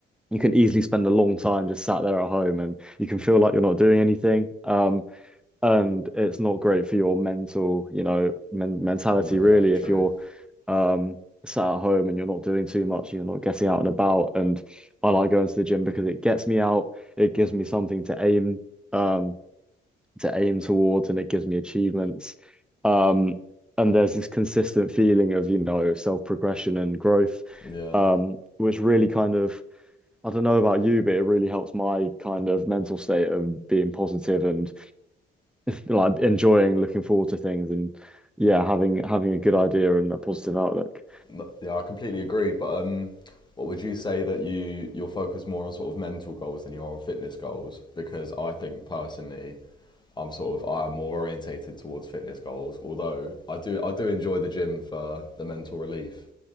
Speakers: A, in the centre; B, on the left.
A: you can easily spend a long time just sat there at home and you can feel like you're not doing anything um and it's not great for your mental you know men mentality
B: no, yeah,
A: really
B: true.
A: if you're um sat at home and you're not doing too much you're not getting out and about and I like going to the gym because it gets me out it gives me something to aim um to aim towards and it gives me achievements um and there's this consistent feeling of you know self progression and growth
B: Yeah,
A: um which really kind of I don't know about you, but it really helps my kind of mental state of being positive and like enjoying looking forward to things and yeah, having having a good idea and a positive outlook.
B: No- yeah, I completely agree. But um, what would you say that you you're focused more on sort of mental goals than you are on fitness goals? Because I think personally, I'm sort of I am more orientated towards fitness goals. Although I do I do enjoy the gym for the mental relief,